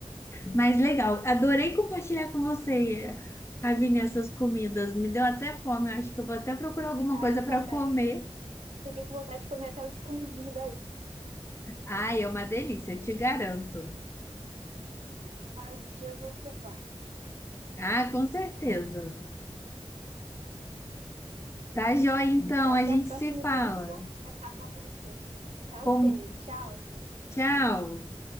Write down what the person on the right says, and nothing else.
Ah,
eu
também.
Fiquei com vontade de comer até o escondidinho daí.
Ah, um dia eu vou provar.
Então,
até
a próxima,
foi muito bom conversar com você. Tá
ok, tchau.